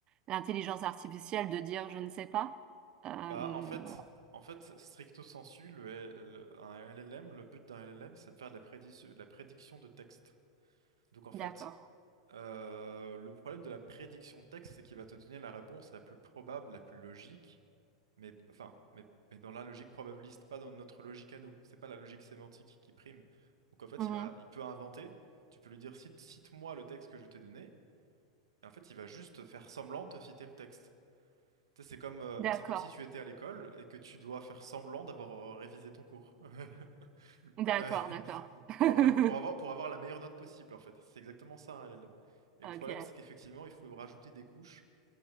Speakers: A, on the right; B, on the right.
A: l'intelligence artificielle de dire je ne sais pas. Euh,
B: Bah, en fait, en fait, stricto sensu, le, le- un LLM, le but d'un LLM, c'est de faire de la prédiction, de la prédiction de texte. Donc, en fait,
A: d'accord.
B: euh, le problème de la prédiction de texte, c'est qu'il va te donner la réponse la plus probable, la plus logique, mais, enfin, mais, mais dans la logique probabiliste, pas dans notre logique à nous. C'est pas la logique sémantique qui prime. Donc, en fait,
A: Mhm.
B: il a, il peut inventer. Tu peux lui dire, cite, cite-moi le texte que je t'ai donné. Et en fait, il va juste faire semblant de te citer le texte. Tu sais, C'est comme, euh,
A: D'accord.
B: c'est comme si tu étais à l'école et que tu dois faire semblant d'avoir euh, révisé ton cours <laughs>
A: D'accord,
B: Euh,
A: d'accord. <laughs>
B: pour avoir une, pour avoir, pour avoir la meilleure note possible, en fait. C'est exactement ça, un LLM. Et
A: Ok.
B: le problème, c'est qu'effectivement, il faut rajouter des couches